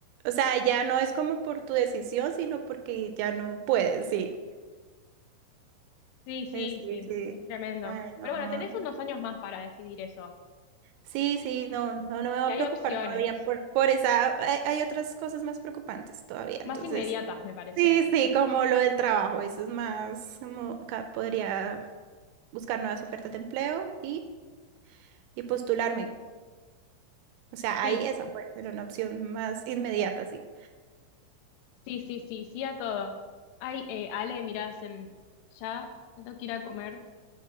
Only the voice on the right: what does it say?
O sea, ya no es como por tu decisión, sino porque ya no puedes, sí.
Eh, Sí,
sí.
Ay, no.
Sí, sí, no, no, no me va
a
preocupar
todavía por, por esa. Hay, hay otras cosas más preocupantes todavía,
entonces.
Sí, sí, como lo del trabajo, eso es más, como ca- podría buscar nuevas ofertas de empleo y, y postularme. O sea,
ahí esa fue, era una opción más inmediata, sí.